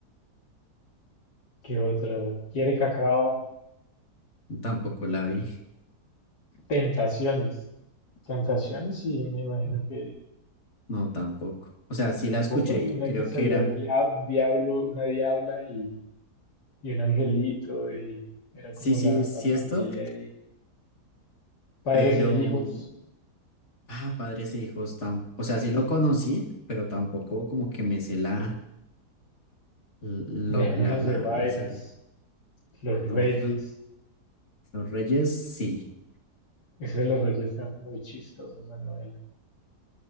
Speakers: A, on the left; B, on the left.
A: ¿qué otra? Quiere Cacao,
B: <laughs> tampoco la vi,
A: Tentaciones. Tentaciones, y me imagino que
B: no tampoco. O sea, sí
A: tampoco
B: la escuché,
A: una
B: creo
A: que salía
B: que era,
A: el dia- un diablo, una diabla y, y un angelito, y era
B: sí,
A: como
B: sí,
A: la,
B: sí
A: la familia
B: esto,
A: y padres
B: pero
A: e hijos,
B: Ah, Padres e Hijos, tam- o sea, sí lo conocí, pero tampoco como que me sé la, lo-
A: Dejémonos
B: la, la,
A: de vainas,
B: la serie.
A: Los
B: No,
A: Reyes.
B: <laughs> Los Reyes sí,
A: Ese de los Reyes está muy chistosa esa novela.